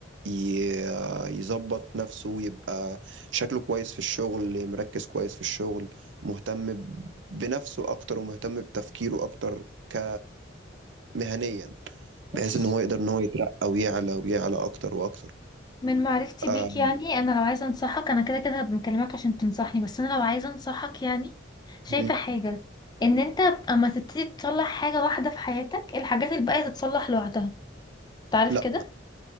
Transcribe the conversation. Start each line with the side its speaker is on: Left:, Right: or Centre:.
Right: ي- يظبط نفسه ويبقى شكله كويس في الشغل مركز كويس في الشغل مهتم ب- بنفسه أكتر ومهتم بتفكيره أكتر ك مهنيا بحيث
Left: بص
Right: إن هو يقدر إن هو يترقى ويعلى ويعلى أكتر وأكتر
Left: من معرفتي
Right: آه،
Left: بيك يعني انا لو عايزه انصحك انا كده كده بكلمك عشان تنصحني بس انا لو عايزه انصحك يعني شايفه
Right: م.
Left: حاجه ان انت اما تبتدي تصلح حاجه واحده في حياتك الحاجات الباقيه تتصلح لوحدها تعرف
Right: لا
Left: كده